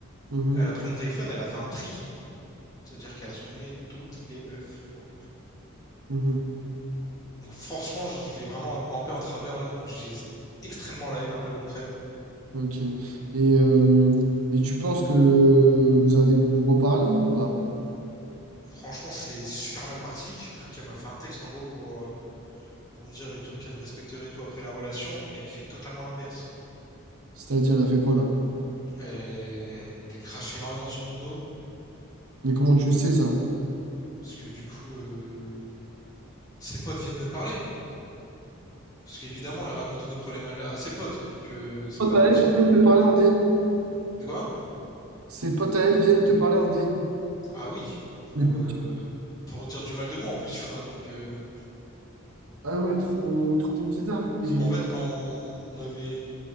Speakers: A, on the right; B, on the left.
A: Mhm.
B: Elle a pris mon téléphone, elle a fait un tri. C'est-à-dire qu'elle a supprimé toutes les meufs, frérot.
A: Mhm.
B: Donc franchement, je l'ai vraiment un peu en travers là, donc j'ai extrêmement la haine un peu contre elle.
A: Ok. Et, euh, et tu penses que vous allez vous reparler ou pas?
B: Franchement, c'est super mal parti, surtout qu'elle m'a fait un texte en gros pour, euh, pour me dire et tout, qu'elle me respecterait et tout après la relation, et elle fait totalement l'inverse.
A: C'est-à-dire, elle fait quoi là?
B: Elle, elle crache énormément sur mon dos,
A: Mais comment tu le sais ça?
B: parce que du coup, euh, ses potes viennent me parler. Parce qu'évidemment, elle raconte tous nos problèmes à, à ses potes, donc euh, c'est
A: Potes
B: pas drôle
A: à elle
B: sinon.
A: viennent te parler en DM.
B: De quoi?
A: Ses potes à elle viennent te parler en DM.
B: Ah oui, pour,
A: Mais...
B: euh, pour dire du mal de moi en plus, tu vois. Donc, euh,
A: Ah ouais, trop, trop bizarre. Et
B: parce qu'en fait, quand on avait,